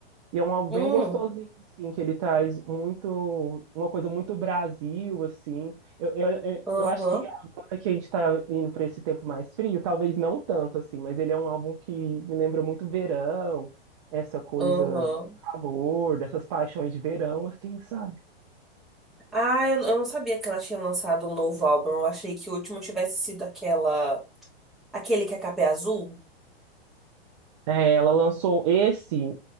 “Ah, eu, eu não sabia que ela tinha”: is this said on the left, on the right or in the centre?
Centre